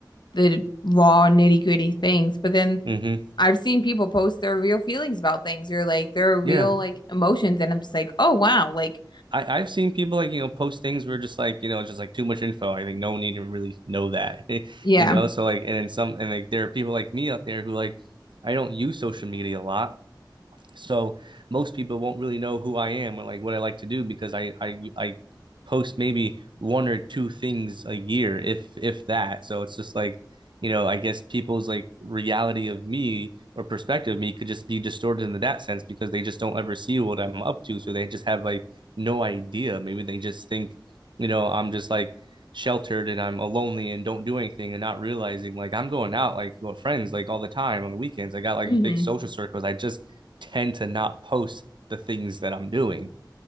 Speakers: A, on the left (about 70°); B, on the right (about 85°).
A: the raw nitty-gritty things, but then
B: hmm
A: I've seen people post their real feelings about things or like their real
B: Yeah.
A: like emotions and I'm just like, "Oh wow." Like,
B: I, I've seen people like, you know, post things where just like, you know, just like too much info. I think no one need to really know that, <laughs>
A: yeah.
B: you know? So like, and then some, and like there are people like me out there who like, I don't use social media a lot. So most people won't really know who I am or like what I like to do because I I I post maybe one or two things a year if if that. So it's just like you know, I guess people's like reality of me or perspective of me could just be distorted in that sense because they just don't ever see what I'm up to. So they just have like no idea. Maybe they just think, you know, I'm just like sheltered and I'm lonely and don't do anything and not realizing like I'm going out like with friends like all the time on the weekends. I got like
A: Mhm.
B: big social circles. I just tend to not post the things that I'm doing.